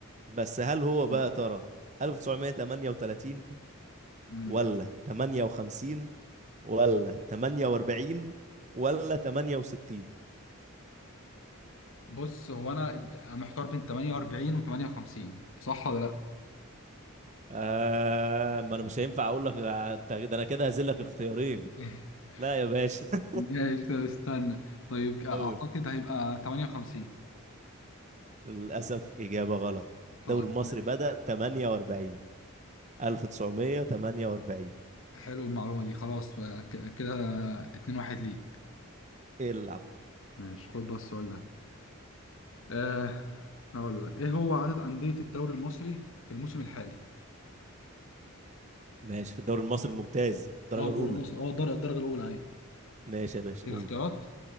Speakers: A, on the right; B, on the left.
A: بس هل هو
B: مم.
A: بقى يا ترى 1938
B: مم.
A: ولا 58 ولا 48 ولا 68
B: بص هو انا محتار بين 48 و 58 صح ولا لا؟
A: آه ما انا مش هينفع اقول لك آه، ده انا كده هذلك اختيارين
B: <laughs>
A: لا يا باشا <laughs>
B: ماشي طب استنى طيب اعتقد
A: اقول
B: هيبقى 58
A: للاسف اجابه غلط
B: خلاص
A: الدوري المصري
B: <laughs>
A: بدأ 48 1948
B: حلو المعلومة دي خلاص آه، ك- كده اتنين واحد ليك
A: العب
B: ماشي خد بقى السؤال ده أه هقول لك ايه هو عدد أندية الدوري المصري في الموسم الحالي؟
A: ماشي في الدوري المصري الممتاز الدرجه
B: اه الدوري
A: الاولى
B: المصري اه الدرجة الدرجة الأولى اهي
A: ماشي يا باشا
B: اديك
A: قول
B: اختيارات